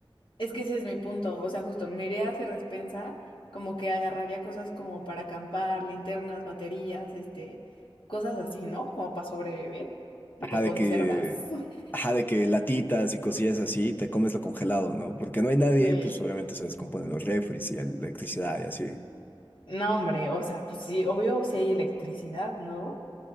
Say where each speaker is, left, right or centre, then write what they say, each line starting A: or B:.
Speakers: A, on the left; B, on the left.
A: Es que ese es mi punto, o sea, justo me iría a hacer despensa, como que agarraría cosas como para acampar, linternas, baterías, este, cosas así, ¿no? Como para sobrevivir, de
B: ajá,
A: que
B: de
A: conservas.
B: que,
A: <laughs>
B: ajá, de que latitas y cosillas así, te comes lo congelado, ¿no? Porque no hay nadie,
A: Sí.
B: pues obviamente se descomponen los refris y la electricidad y así.
A: No, hombre, o sea, pues sí, obvio si hay electricidad, ¿no?